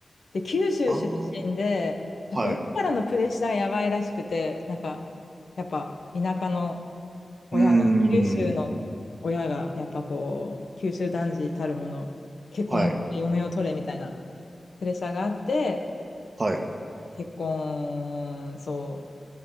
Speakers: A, on the left; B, on the right.
A: で、九州出身で、
B: ああ、
A: なんか親からのプレッシャーがやばいらしくて、
B: はい。
A: なんか、やっぱ田舎の親が、
B: うー
A: 九州の親が、
B: ん。
A: やっぱこう、九州男児たるもの、結婚して嫁を取れみたいな
B: はい。
A: プレッシャーがあって、
B: はい。
A: 結婚、そ